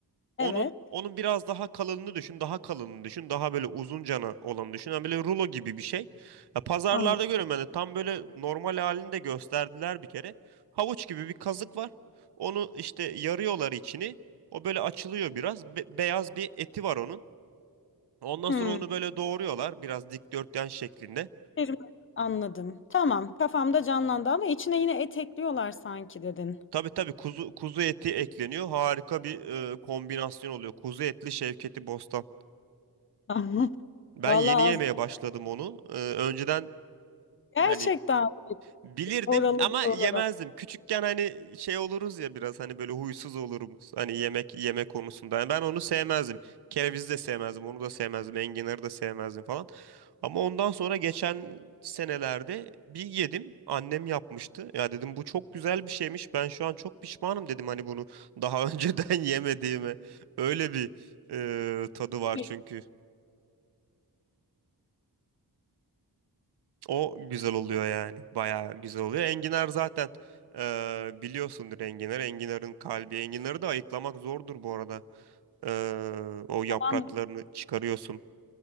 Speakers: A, on the right; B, on the left.
A: Onun
B: Evet.
A: onun biraz daha kalınını düşün, daha kalınını düşün, daha böyle uzun cana olanı düşün. Yani böyle rulo gibi bir şey. Ya pazarlarda
B: Anladım.
A: görüyorum ben de tam böyle normal halini de gösterdiler bir kere. Havuç gibi bir kazık var. Onu işte yarıyorlar içini. O böyle açılıyor biraz. Be- beyaz bir eti var onun. Ondan
B: Hmm.
A: sonra onu böyle doğruyorlar biraz dikdörtgen şeklinde.
B: Terim- Anladım. Tamam. Kafamda canlandı ama içine yine et ekliyorlar sanki dedin.
A: Tabii tabii kuzu kuzu eti ekleniyor. Harika bir e, kombinasyon oluyor. Kuzu etli Şevketi Bostan.
B: <laughs>
A: Ben
B: Vallahi
A: yeni yemeye
B: az-
A: başladım onu. E, önceden
B: gerçekten
A: yani Bilirdim
B: oralı
A: ama
B: bir
A: yemezdim.
B: olarak
A: Küçükken hani şey oluruz ya biraz hani böyle huysuz oluruz hani yemek yeme konusunda. Yani ben onu sevmezdim. Kerevizi de sevmezdim, onu da sevmezdim, enginarı da sevmezdim falan. Ama ondan sonra geçen senelerde bir yedim. Annem yapmıştı. Ya dedim bu çok güzel bir şeymiş. Ben şu an çok pişmanım dedim hani bunu daha <laughs> önceden yemediğime. Öyle bir e, tadı var
B: şey
A: çünkü. O güzel oluyor yani. Bayağı güzel oluyor. Enginar zaten eee, biliyorsundur enginar. Enginarın kalbi. Enginarı da ayıklamak zordur bu arada. Eee, o yapraklarını
B: falan da-
A: çıkarıyorsun